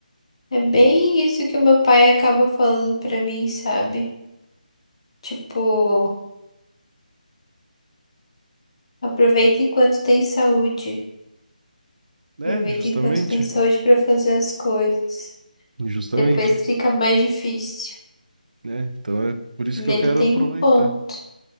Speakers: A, on the left; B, on the right.
A: É bem isso que o meu pai acaba falando pra mim, sabe? Tipo. Aproveita enquanto tem saúde.
B: né
A: Aproveita
B: justamente,
A: enquanto tem saúde para fazer as coisas.
B: justamente,
A: Depois fica mais difícil.
B: né? Então é por isso
A: E
B: que eu
A: ele
B: quero
A: tem
B: aproveitar.
A: um ponto,